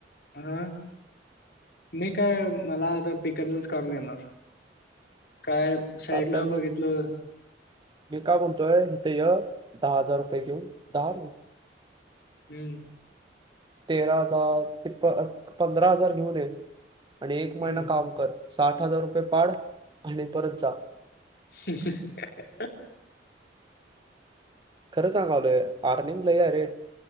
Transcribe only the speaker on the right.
सारख्या मी
मी काय म्हणतोय हितं य दहा हजार रुपये घेऊन दहा नई
तेरा दहा ते पंधरा हजार घेऊन ये आणि एक
महिना काम कर साठ हजार रुपये पाड आणि परत जा
खरं सांगायोलय आर्निंग लय आहे रे